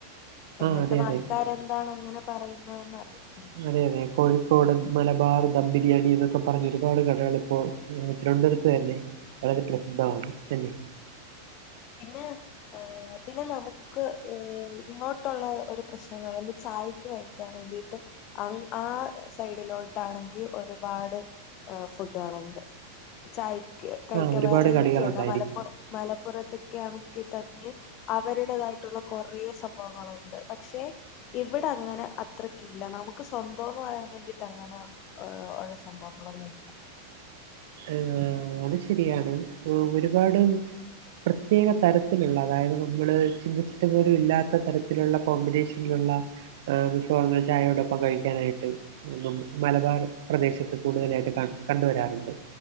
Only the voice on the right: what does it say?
ആ
അതെ അതെ
അതെ അതെ കോഴിക്കോട് മലബാർ ദം ബിരിയാണി എന്നൊക്കെ പറഞ്ഞ് ഒരുപാട് കടകൾ ഇപ്പോൾ തിരുവനന്തപുരത്ത് തന്നെ വളരെ പ്രസിദ്ധമാണ് അല്ലെ
ആ ഒരുപാട്
കടികൾ
ഉണ്ടായിരിക്കും
ആഹ് അത് ശരിയാണ് ഒരുപാട് പ്രത്യേക തരത്തിലുള്ള അതായത് നമ്മള് ചിന്തിച്ചിട്ട് പോലും ഇല്ലാത്ത തരത്തിലുള്ള കോമ്പിനേഷൻ ഉള്ള വിഭവങ്ങൾ ചായയോടൊപ്പം കഴിക്കാനായിട്ട് മലബാർ പ്രദേശത്ത് കൂടുതലായിട്ട് കണ്ട് വരാറുണ്ട്.